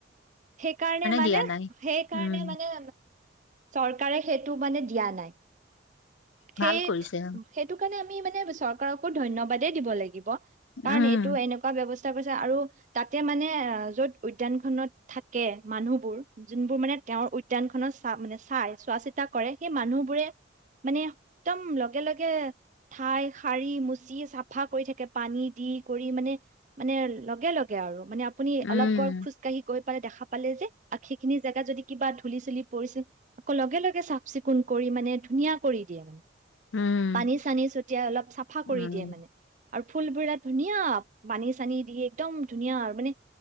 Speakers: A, on the right; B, on the left.
A: সেইকাৰণে মানে
B: দিয়া নাই
A: সেইকাৰণে
B: উম
A: মানে চৰকাৰে সেইটো মানে দিয়া নাই।
B: ভাল
A: সেইট
B: কৰিছে
A: সেইটোকাৰণে আমি মানে চৰকাৰকো ধন্যবাদেই দিব লাগিব। কাৰণ
B: উম
A: এইটো এনেকুৱা ব্যৱস্থ তাৰপাছত আৰু তাতে মানে য'ত উদ্যানখনত থাকে মানুহবোৰ যোনবোৰ মানে তেঁওৰ উদ্যানখনৰ চা মানে চাই চোৱা চিতা কৰে সেই মানু্হবোৰে মানে একদম লগে, লগে ঠাই সাৰি, মুচি চাফা কৰি থাকে পানী দি কৰি মানে মানে লগে, লগে আৰু। মানে আপুনি
B: উম,
A: অলপ পৰ খোজ কাঢ়ি গৈ দেখা পালে যে, সেইখিনি জেগাত যদি কিবা ধূলি চুলি পৰিছে আকৌ লগে, লগে চাফ চিকুন কৰি মানে ধুনীয়া কৰি দিয়ে মানে,
B: উম,
A: পানী চানী ছটিয়াই অলপ চাফা
B: উম,
A: কৰি দিয়ে মানে। আৰু ফুলবিলক ধুনীয়া পানী-চানী দি একদম্ ধুনীয়া আৰু মানে,